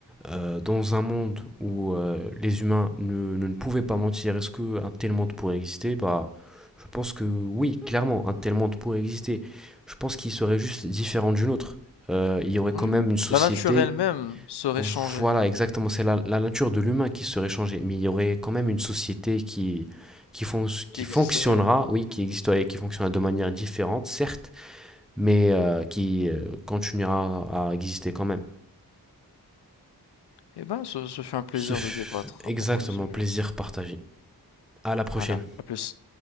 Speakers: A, in the centre; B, on the left (about 80°).
A: euh, dans un monde où euh, les humains ne, ne, ne pouvaient pas mentir, est-ce qu'un tel monde pourrait exister? Bah, je pense que oui, clairement, un tel monde pourrait exister. Je pense qu'il serait juste différent d'une autre. Euh, il y aurait quand
B: Oui,
A: même
B: oui.
A: une société,
B: La nature elle-même serait
A: voilà,
B: changée,
A: exactement, c'est la, la nature de l'humain qui serait changée, mais il y aurait quand même une société qui, qui, fon-
B: qui
A: qui
B: existerait.
A: fonctionnera, oui, qui existerait, qui fonctionnera de manière différente, certes mais euh, qui euh, continuera à exister quand même.
B: Eh ben, ce, ce fut un plaisir
A: Ce fut
B: de débattre
A: exactement
B: à propos de ce sujet.
A: plaisir partagé. À la prochaine.
B: Voilà. À plus.